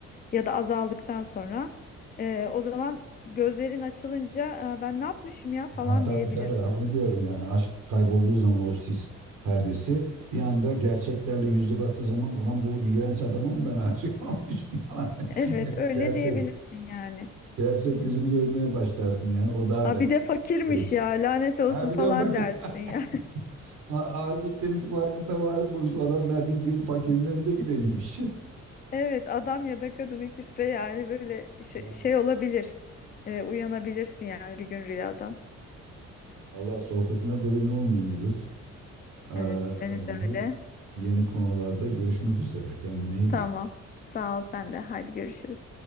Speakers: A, on the left; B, on the right.
A: ya da azaldıktan sonra e, o zaman gözlerin açılınca "Aa, ben ne yapmışım ya falan
B: Ha, tabii
A: diyebilirsin.
B: tabii onu diyorum
A: <laughs>
B: yani aşk kaybolduğu zaman o sis perdesi bir anda gerçeklerle yüzde baktığı zaman ulan bu iğrenç adama mı ben aşık <laughs> olmuşum falan.
A: Evet
B: Yani
A: öyle
B: Gerçek
A: diyebilirsin yani.
B: gerçek yüzünü görmeye başlarsın yani o daha
A: Ha,
B: da
A: bir de fakirmiş
B: kriz.
A: ya lanet olsun
B: Ha bir
A: falan
B: de bak
A: dersin
B: <laughs>
A: ya.
B: a- aşıkken hiç farkında var mı biz adam ben bildiğim fakirin önünde gideniymiş. <laughs>
A: <laughs> Evet adam ya da kadın ikisi de yani böyle şey,
B: Yani
A: şey olabilir E, uyanabilirsin yani bir gün rüyadan.
B: Allah sohbetine doyun olmuyor Güliz. Ee,
A: Evet senin de
B: yeni,
A: öyle.
B: yeni konularda görüşmek üzere kendine iyi
A: Tamam.
B: bak.
A: Sağ ol sen de. Haydi görüşürüz.